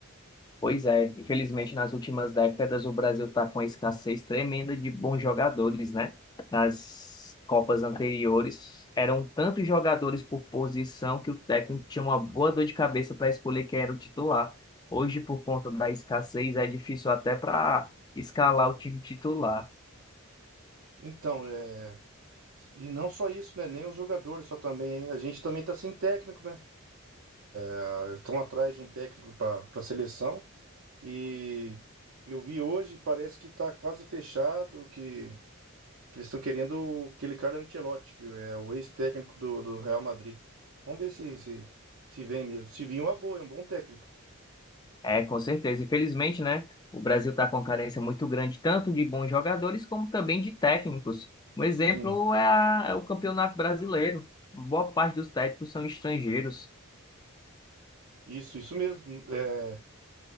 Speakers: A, on the left; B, on the right.
A: Pois é, infelizmente nas últimas décadas o Brasil está com uma escassez tremenda de bons jogadores, né? Nas Copas anteriores eram tantos jogadores por posição que o técnico tinha uma boa dor de cabeça para escolher quem era o titular. Hoje, por conta da escassez, é difícil até para escalar o time titular.
B: Então, é... e não só isso, né? Nem os jogadores, só também. A gente também tá sem técnico, né? Ah, Estão atrás de um técnico para a seleção. E eu vi hoje, parece que tá quase fechado, que, que eles estão querendo aquele cara Ancelotti, que é o ex-técnico do, do Real Madrid. Vamos ver se, se, se vem mesmo. Se vir, é uma boa, é um bom técnico.
A: É, com certeza. Infelizmente, né? O Brasil está com uma carência muito grande, tanto de bons jogadores como também de técnicos. Um exemplo
B: Sim,
A: é, a- é o Campeonato Brasileiro. Boa parte dos técnicos são estrangeiros.
B: isso, isso mesmo. É,